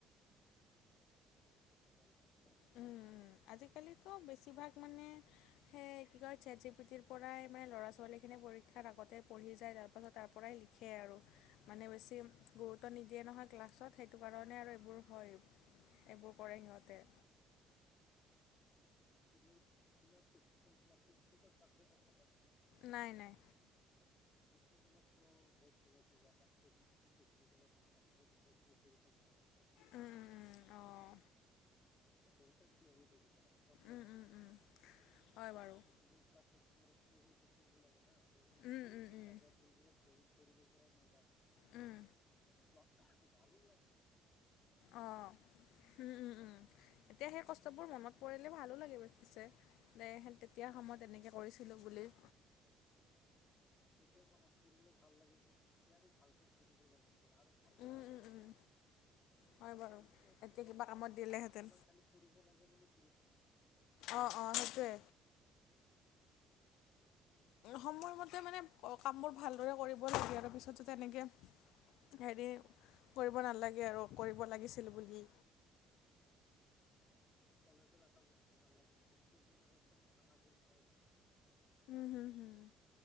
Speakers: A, on the left; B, on the left.
A: বস্তুটো হয় বৰু।
B: উম উম, আজিকালিটো বেছিভাগ মানে সেইয়া কি কয়, চেট জি পিটিৰ পৰাই মানে ল'ৰা ছোৱালীখিনি পৰীক্ষাৰ আগতে পঢ়ি যায়, তাৰপাছত তাৰ পৰাই লিখি সেয়াই আৰু। মানে বেছি গুৰুত্ব নিদিয়ে নহয ক্লাছত, সেইটো কাৰণে আৰু এইবোৰ হয়। এইবোৰ কৰে সিহঁতে।
A: মমাৰ <unintelligible> প্ৰেটিক্ প্ৰেটিকেল চব্জে্ট আছেনে তোমাৰ
B: নাই নাই।
A: প্ৰেক্টিকেলতটো বহুত কিবা কিবি, আমাৰ কেমিষ্ট্ৰি প্ৰেক্টিকেলত তোমাৰ বহুত কিবা কিবি কৰি থাকিব লাগে আৰু।
B: উম উম উম, আহ।
A: বহুতে থিয় হৈ থাকিব লাগে, প্ৰব্লেম
B: উম
A: এটাই।
B: উম উম হয় বাৰু
A: প্যেকটিকেল ক্লছত তোমাৰ বহি থাকিব লাগে না, বহি
B: উম
A: তুলবোৰ
B: উম উম
A: থাকে তুলবোৰত বহি কৰিব পৰা নাযায়।
B: উম।
A: এইটো ভালো লাগে। বস্তুবোৰ।
B: অ', এতিয়া সেই কষ্টবোৰ মনত পৰিলে ভালো লাগে পিছে। নে তেতিয়া সময়ত তেনেকৈ কৰিছিলোঁ বুলি।
A: এতিয়া মনত পৰিলে ভাল লাগি যে, তেতিয়া আৰু ভালকে কৰিব লাগিছিল আৰু ভালকৈ
B: উম,
A: শিকিব
B: উম, উম,
A: লাগিছিলে।
B: হয় বাৰু। এতিয়া কিবা কামত দিলেহেঁতেন।
A: কালি কৰিব লাগে বুলি কৰিছিলোঁ।
B: অ অ', সেইটোৱে।
A: সেই বস্তুটো
B: সময়মতে
A: হয়।
B: মানে কামবোৰ ভালদৰে কৰিব লাগে আৰু, পিছত যাতে এনেকে হেৰি কৰিব নালাগে আৰু কৰিব লাগিছিল বুলি।
A: মোৰ কলেজৰ এটা বস্তু ভাল লাগি থাকে, ছেমিনাৰত যে খানাবোৰ খুৱাই থাকে।
B: হম হুম হুম।